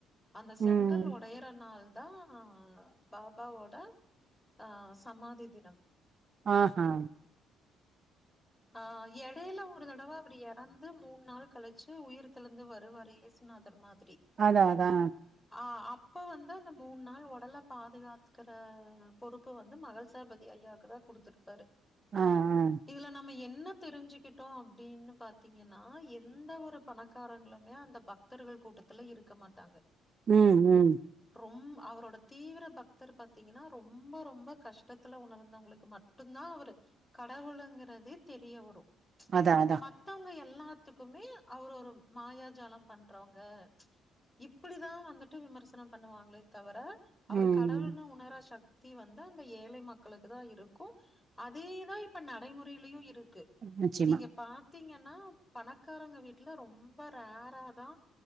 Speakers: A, on the left; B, on the right.
A: அந்த
B: ம்.
A: செங்கல் ஒடையற நாள்தா பாபாவோட ஆ சமாதி தினம்
B: ஆஹா
A: ஆ எடையில ஒரு தடவ அவரு எறந்து மூண் நாள் கழிச்சு உயிர்தெலுந்து வருவாரு ஏசு நாதர் தர்மாதிரி
B: அதா அதா
A: ஆ அப்ப வந்து அந்த மூண் நாள் ஒடல பாதுகாத்துக்குற பொறுப்பு வந்து மகள் சாபதி ஐயாக்குதா குடுத்துருப்பாரு
B: ஆ, ஆ.
A: இதுல நம்ம என்ன தெரிஞ்சுக்கிட்டோ அப்படின்னு பாத்தீங்கன்னா எந்த ஒரு பணக்காரங்களுமே அந்த பக்த பத்தர்கள் கூட்டத்துல இருக்க மாட்டாங்க
B: ம் ம்
A: ரொம் அவரோட தீவிர பக்தர் பாத்தீங்கன்னா ரொம் ரொம்ப ரொம்ப கஷ்டத்துல உணர்ந்தவங்களுக்கு மட்டுந்தா அவரு கடவுளுங்குறதே தெரிய வரு
B: அதா அதா
A: மத்தவங்க எல்லாத்துக்குமே அவரு ஒரு மாயாஜாலம் பண்றவங்க இப்பிடிதா வந்துட்டு விமர்சனம் பண்ணுவாங்களே தவிர
B: ம்.
A: அவரு கடவுளுனு உணர சக்தி வந்து அந்த ஏழை மக்களுக்குதா இருக்கு அதேதா இப்ப நடைமுறைலயு இருக் கு
B: நிச்சயமா.
A: நீங்க பாத்தீங்கன்னா பணக்காரங்க வீட்ல ரொம்ப ரேராதா